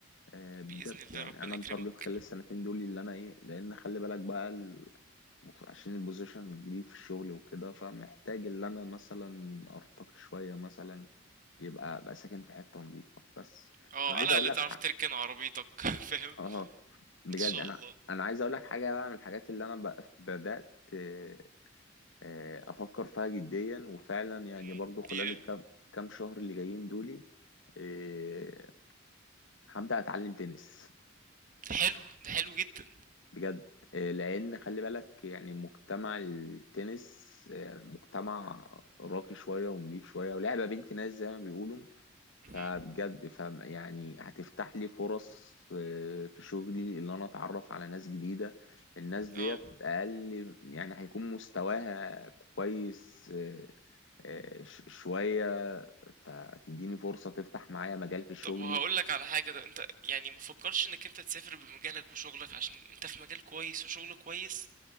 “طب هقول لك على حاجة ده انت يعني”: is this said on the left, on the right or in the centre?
Right